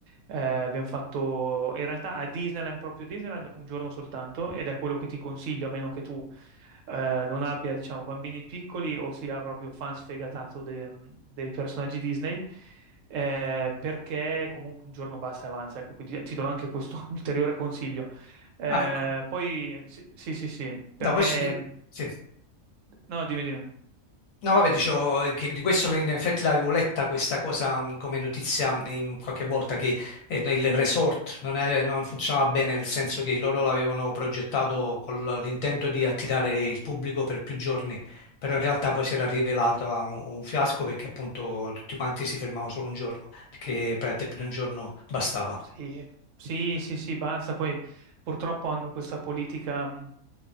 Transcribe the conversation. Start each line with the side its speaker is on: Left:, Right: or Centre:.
Right: eh, abbiamo fatto in realtà a Disneyland, proprio Disneyland, un giorno soltanto ed è quello che ti consiglio, a meno che tu eh, non abbia, diciamo, bambini piccoli o sia proprio fan sfegatato de- dei personaggi Disney, eh, perché comunque un giorno basta e avanza, ecco, quindi ti do anche questo <laughs> ulteriore consiglio. Eh,
Left: Ah, ecco.
Right: poi, sì, sì, sì, sì, perché...
Left: No, questo è di- sì.
Right: No, dimmi, dimmi.
Left: No, vabbè, dicevo eh, che di questo in effetti l'avevo letta questa cosa mh, come notizia mh, in qualche volta che eh, il resort non, è- non funzionava bene, nel senso che loro l'avevano progettato con l'intento di attirare il pubblico per più giorni, però in realtà poi si era rivelato un, un fiasco perché appunto tutti quanti si fermavano solo un giorno, perché praticamente più di un giorno bastava.
Right: Sì, sì, sì, sì, basta. Poi purtroppo hanno questa politica mh,